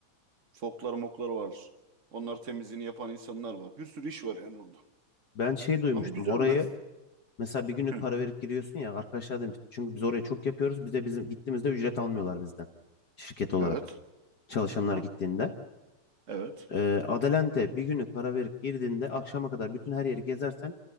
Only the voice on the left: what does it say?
Ben şey duymuştum
orayı mesela bir günlük
para verip giriyorsun ya arkadaşlar demiş. Çünkü biz oraya çok yapıyoruz. Bize bizim gittiğimizde ücret almıyorlar bizden. Şirket olarak
çalışanlar
gittiğinde.
Ee, Adelante bir günlük para verip girdiğinde akşama kadar bütün her yeri gezersen